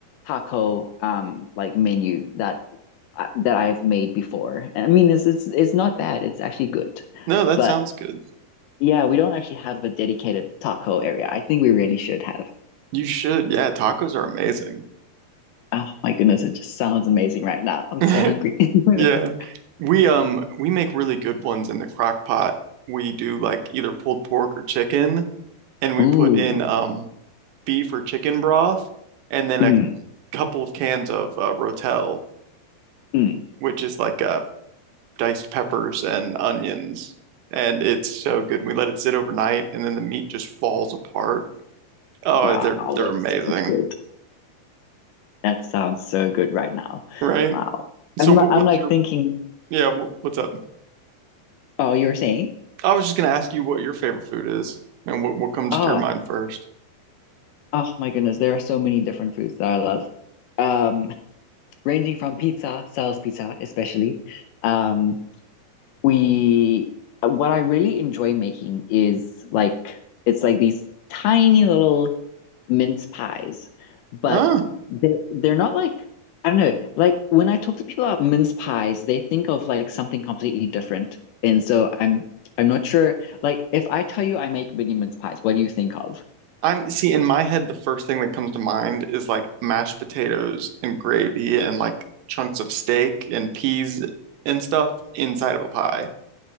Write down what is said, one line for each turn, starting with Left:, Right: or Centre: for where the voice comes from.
Left: taco um like menu that I- that I've made before. And I mean, it's it's it's not bad. It's actually good.
Right: No, that
Left: But
Right: sounds good.
Left: yeah, we don't actually have a dedicated taco area. I think we really should have.
Right: You should. Yeah, tacos are amazing.
Left: Oh my goodness, it just sounds amazing right now. I'm
Right: <laughs>
Left: so hungry. <laughs>
Right: Yeah. We um we make really good ones in the crock pot. We do like either pulled pork or chicken, and we
Left: Oh,
Right: put in um beef or chicken broth, and then
Left: mm,
Right: a couple of cans of uh, Rotel,
Left: mm,
Right: which is like uh, diced peppers and onions. And it's so good. We let it sit overnight, and then the meat just falls apart. Oh,
Left: wow,
Right: they're they're
Left: that's
Right: amazing,
Left: that's good. That sounds so good right now.
Right: right?
Left: Wow.
Right: So
Left: I'm li-
Right: what,
Left: I'm
Right: what's
Left: like
Right: your
Left: thinking,
Right: yeah? What, what's up?
Left: oh, you're saying?
Right: I was just gonna ask you what your favorite food is, and what what comes
Left: Oh,
Right: to your mind first.
Left: oh my goodness, there are so many different foods that I love. Um, ranging from pizza, Sal's pizza especially. Um, we what I really enjoy making is like it's like these tiny little mince pies, but
Right: Oh.
Left: they're, they're not like, I don't know, like when I talk to people about mince pies, they think of like something completely different. And so I'm I'm not sure, like if I tell you I make mini mince pies, what do you think of?
Right: I'm see in my head the first thing that comes to mind is like mashed potatoes and gravy and like chunks of steak and peas and stuff inside of a pie.